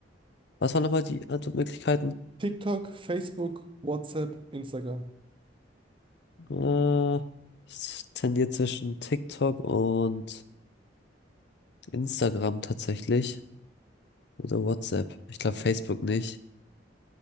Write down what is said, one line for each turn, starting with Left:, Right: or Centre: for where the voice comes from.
Left: Was waren nochmal die Antwortmöglichkeiten?
Right: TikTok, Facebook, WhatsApp, Instagram.
Left: Äh, ich tendiere zwischen TikTok und Instagram tatsächlich. Oder WhatsApp. Ich glaube Facebook nicht.